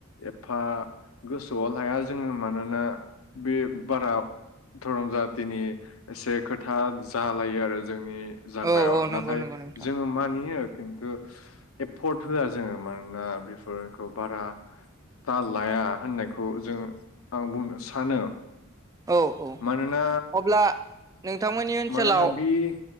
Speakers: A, on the left; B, on the right.
A: एफा गोसोआव लाया जोङो मानोना बे बारा धरम जाथिनि एसे खोथा जालायो आरो जोंनि जांगायाव
B: औ औ नंगौ
A: नाथाय
B: नंगौ नोंथां
A: जोङो मानियो खिन्थु एफ पर्ट होआ जोङो मानोना बेफोरखौ बारा दा लाया होननायखौ जोङो आं बुंनो सानो
B: औ औ
A: मानोना
B: अब्ला नोंथांमोननि ओनसोलाव
A: मानोना बि